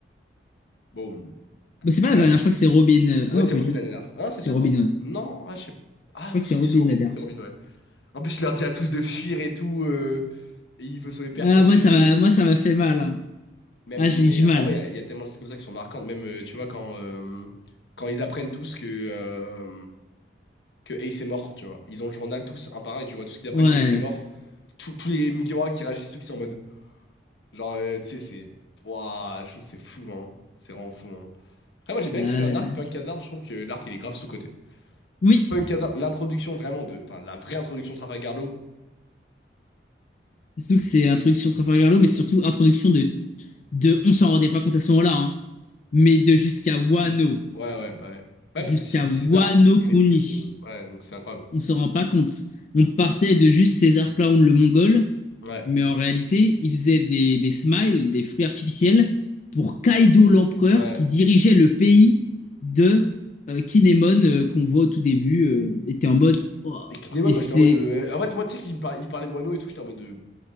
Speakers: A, on the left; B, on the left.
A: Boum.
B: Bah, c'est
A: Et
B: pas
A: t'es
B: la dernière,
A: en mode,
B: je crois que c'est Robin. euh, Ah
A: Ouais,
B: non,
A: c'est
B: pas
A: Robin
B: du tout.
A: la dernière. Ah, non, c'est
B: C'est
A: peut-être.
B: Robin,
A: Rob-
B: ouais.
A: Non, ah, je sais pas. Ah,
B: Je crois que
A: je
B: c'est
A: sais
B: Robin
A: que c'est Robin,
B: la dernière.
A: c'est Robin, ouais. En plus, il leur dit à tous de fuir et tout. euh, Et il peut sauver personne
B: Ah, moi
A: et
B: ça
A: tout.
B: m'a, moi, ça m'a fait mal. hein.
A: Même,
B: Ah, j'ai
A: mais
B: eu du mal.
A: en vrai, il y, a il y a tellement de scènes comme ça qui sont marquantes. Même, euh, tu vois, quand, euh, quand ils apprennent tous que, euh, que Ace est mort, tu vois. Ils ont le journal tous, un par un, et tu vois tout ce qu'ils apprennent
B: Ouais.
A: que Ace est mort. Tous tous les Mugiwara qui réagissent, tous qui sont en mode. Genre, euh, tu sais, c'est. Ouah, je trouve que c'est fou, hein. C'est vraiment fou, hein. Après, moi, j'ai bien
B: Euh,
A: kiffé un arc, Punk Hazard. Je trouve que l'arc, il est grave sous-coté.
B: Oui.
A: Punk Hazard, l'introduction vraiment de. Enfin, la vraie introduction de Trafalgar Law,
B: Surtout que c'est introduction de Trafalgar Law, mais surtout introduction de de, on s'en rendait pas compte à ce moment-là, hein, mais de jusqu'à Wano,
A: tout. Ouais, ouais, bah ouais. Ouais,
B: jusqu'à
A: parce que c'est César
B: Wano
A: qui crée
B: Kuni,
A: les trucs et tout. euh, ouais, donc c'est incroyable.
B: on s'en rend pas compte. On partait de juste César Clown le Mongol,
A: Ouais,
B: mais en réalité, il faisait des, des smiles, des fruits artificiels pour Kaido l'empereur
A: ouais.
B: qui dirigeait le pays de euh, Kinemon euh, qu'on voit au tout début, euh, était en mode Oh
A: Et Kinemon,
B: et
A: moi
B: c'est
A: j'étais en mode. de- En fait, moi tu sais qu'il me parlait, il parlait de Wano et tout, j'étais en mode. de-